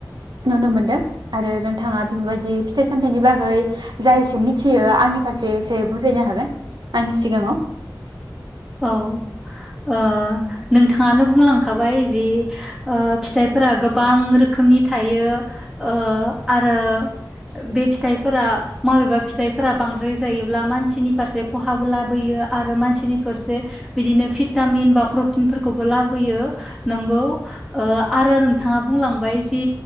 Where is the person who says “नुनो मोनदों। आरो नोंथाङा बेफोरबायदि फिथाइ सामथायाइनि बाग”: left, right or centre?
Right